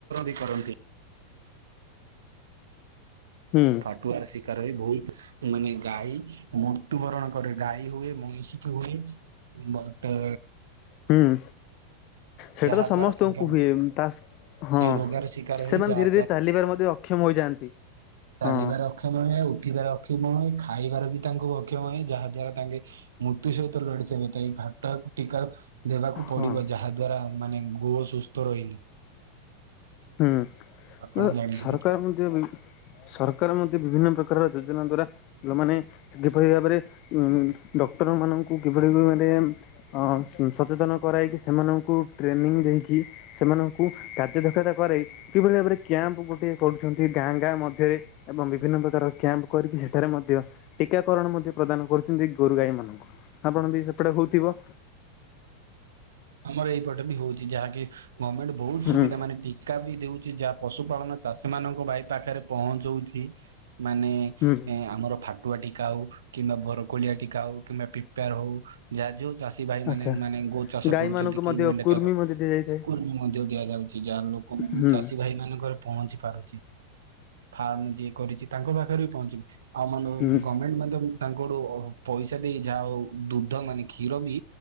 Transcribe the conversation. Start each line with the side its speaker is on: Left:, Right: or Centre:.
Right: ବି କରନ୍ତି।
Left: ହୁଁ।
Right: ଫାଟୁଆ ଶିକାର ହୋଇ ବହୁତ ମାନେ ଗାଈ ମୃତୁବରଣ କରେ ଗାଈ ହୁଏ ମଇଁଷିଠୁ ବି ବଟ
Left: ହୁଁ ସେଇଟା
Right: ଯାହା
Left: ତ ସମସ୍ତଙ୍କୁ
Right: ଦ୍ଵାରା ତାଙ୍କ
Left: ହୁଏ ତା ହଁ
Right: ସେଇ ରୋଗର ଶିକାର
Left: ସେମାନେ
Right: ହେଇ ଯାହା
Left: ଧୀରେ ଧୀରେ ଚାଲିବାରେ ମଧ୍ୟ ଅକ୍ଷମ ହୋଇଯାଆନ୍ତି।
Right: ଚାଲିବାରେ
Left: ହଁ
Right: ଅକ୍ଷମ ହୁଏ, ଉଠିବାରେ ଅକ୍ଷମ ହୁଏ, ଖାଇବାରେ ବି ତାଙ୍କୁ ଅକ୍ଷମ ହୁଏ ଯାହା ଦ୍ଵାରା ତାଙ୍କେ ମୃତୁ ସହିତ ଲଢ଼ିଥିତ ହେବେ ଏଇ ଫାଟକୁ ଟୀକା ଦେବାକୁ ପଡ଼ିବ
Left: ହଁ
Right: ଯାହା ଦ୍ୱାରା ମାନେ ଗୃହ ସୁସ୍ଥ ରହେନି।
Left: ହୁଁ
Right: ଆପଣ ଜାଣିଥିବେ
Left: ସରକାର
Right: ତ
Left: ମଧ୍ୟ ବିଭି ସରକାର ମଧ୍ୟ ବିଭିନ୍ନ ପ୍ରକାରର ଯୋଜନା ଦ୍ଵାରା ଯୋଉ ମାନେ କିଭଳି ଭାବରେ ଉଁ ଡ଼କ୍ଟର ମାନଙ୍କୁ କିଭଳି ଭାବରେ ହଁ ସଚେତନ କରାଇକି ସେମାନଙ୍କୁ ଟ୍ରେନିଂ ଦେଇକି ସେମାନଙ୍କୁ କାର୍ଯ୍ୟ ଦକ୍ଷତା କରାଇ କିଭଳି ଭାବରେ କ୍ୟାମ୍ପ ଗୋଟେ କରୁଛନ୍ତି ଗାଁ ଗାଁ ମଧ୍ୟରେ ଏବଂ ବିଭିନ୍ନ ପ୍ରକାର କ୍ୟାମ୍ପ କରିକି ସେଠାରେ ମଧ୍ୟ ଟୀକା କରଣ ମଧ୍ୟ ପ୍ରଦାନ କରୁଛନ୍ତି ଗୋରୁ ଗାଈ ମାନଙ୍କୁ। ଆପଣ ବି ସେପଟେ ହଉଥିବ?
Right: ଆମର ଏଇପଟେ ବି ହୋଉଛି ଯାହାକି ଗମେଣ୍ଟ ବହୁତ ସୁବିଧା
Left: ହୁଁ
Right: ମାନେ ଟୀ ଟିକା ବି ଦଉଛି ଯାହା ପଶୁପାଳନ ଚାଷୀ ମାନଙ୍କ ଭାଇ ପାଖରେ ପହଞ୍ଚଉଚି ମାନେ
Left: ହୁଁ
Right: ଆମର ଫାଟୁଆ ଟୀକା ହଉ କିମ୍ବା ବରକୋଳିଆ ଟୀକା ହଉ କିମ୍ବା ପିପାର ହଉ ଯାହା ଯୋଉ ଚାଷୀ ଭାଇ
Left: ଆଚ୍ଛା
Right: ମାନେ ମାନେ ଗୋ ଚାଷ
Left: ଗାଈ
Right: କରୁ
Left: ମାନଙ୍କୁ
Right: କି
Left: ମଧ୍ୟ
Right: ମେଣ୍ଢା
Left: କୁର୍ମି
Right: ଚାଷ
Left: ମଧ୍ୟ ଦିଆଯାଇଥାଏ
Right: କୁର୍ମୀ ମଧ୍ୟ ଦିଆଯାଉଛି ଯାହାର ଲୋକ
Left: ହୁଁ
Right: ଚାଷୀ ଭାଇ ଭାଇ ମାନଙ୍କରେ ପହଞ୍ଚି ପାରୁଛି ଫାର୍ମ ଯିଏ କରିଚି ତାଙ୍କ ପାଖରେ ବି ପହ ଆଉ ମାନେ
Left: ହୁଁ
Right: ଗମେଣ୍ଟ ମଧ୍ୟ ତାଙ୍କର ପଇସା ଦେଇ ଯା‌ ଯୋଉ ଦୁଗ୍ଧ ମାନିକି କ୍ଷୀର ବି